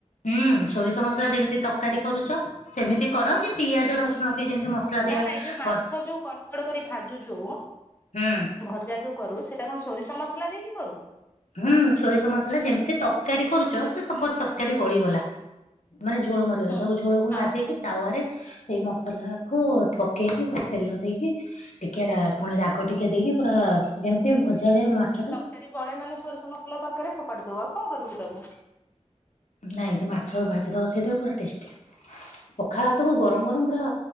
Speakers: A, on the left; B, on the left.
A: ହୁଁ ସୋରିଷ ମସଲା ଯେମିତି ତରକାରୀ କରୁଛ ସେମିତି କର କି ପିଆଜ ରସୁଣ ପି ଯେମତି ମସଲା ଦିଆ
B: ନା ନାଇଁ ଯୋଉ ମାଛ
A: କର
B: ଯୋଉ କଡ କଡ କରି ଭାଜୁ ଯୋଉ
A: ହୁଁ
B: ଭଜା ଯୋଉ କରୁ ସେଇଟା କଣ ସୋରିଷ ମସଲା ଦେଇକି କରୁ।
A: ହୁଁ ସୋରିଷ ମସଲା ଯେମିତି ତରକାରୀ କରୁଛ ସେ ତରକାରୀ ପଳିଗଲା ମାନେ ଝୋଳ ମରିଗଲା
B: ହୁଁ।
A: ତାକୁ ଝୋଳକୁ
B: ହଁ।
A: ମାର ଦେଇକିରି ତାୱାରେ ସେଇ ମସଲାକୁ ପକେଇକି ପୁରା ତେଲ ଦେଇକି ଟିକେ ରା ପୁଣି ରାଗ ଟିକେ ଦେଇକି ପୁରା ଯେମିତି ଭଜା ଯାଏ ମାଛ ଟା
B: ତାର ବଳେ ମାନେ ସୋରିଷ ମସଲା ତରକାରରେ ଫପାଡି ଦବୁ ଆଉ କଣ କରିବୁ ତାକୁ
A: ନାଇଁ ସେ ମାଛ ଭାଜିଦବା ସେଇଥିରେ ପୁରା ଟେଷ୍ଟି ପଖାଳ ହାତକୁ ଗରମ ଗରମ ପୁରା